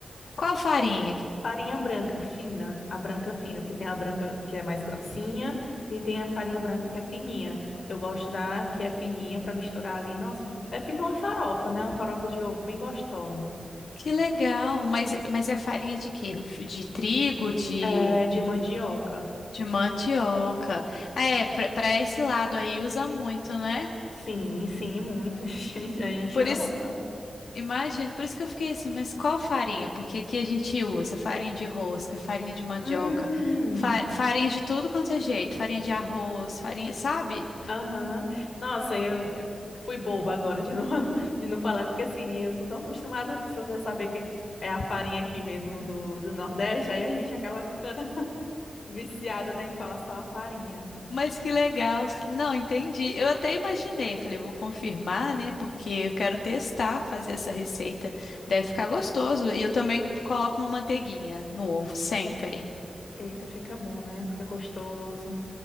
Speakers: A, on the left; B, on the left.
A: Qual farinha
B: Farinha branca fina, a branca fina, porque tem a branca que é mais grossinha e tem a farinha branca que é fininha. Eu gosto da que é fininha para misturar ali. Nossa, fica, é, fica uma farofa, né? Uma farofa de ovo bem gostosa.
A: Que legal. Mas, mas é farinha de quê? De trigo, de,
B: É, de
A: de,
B: mandioca.
A: de mandioca. Ah, é, pra, pra esse lado aí usa muito, né?
B: Sim, sim, muito. <laughs> A gente, a gente
A: Por
B: ama
A: isso,
B: farofa.
A: imagino, por isso que eu fiquei assim, mas qual farinha? Porque aqui a gente usa farinha de rosca, farinha de mandioca,
B: Hum,
A: fa- farinha de tudo quanto é jeito, farinha de arroz, farinha, sabe?
B: aham. Nossa, eu eu fui boba agora de não, <laughs> de não falar, porque assim, eu sou tão acostumada, as pessoas já saber que é a farinha aqui mesmo do, do Nordeste, aí a gente acaba ficando. Viciada, né, em falar só a farinha.
A: Mas que legal. Não, entendi. Eu até imaginei, falei, vou confirmar, né? Porque eu quero testar, fazer essa receita. Deve ficar gostoso. E eu também coloco uma manteiguinha no ovo, sempre.
B: Eita, fica bom, né? Fica gostoso.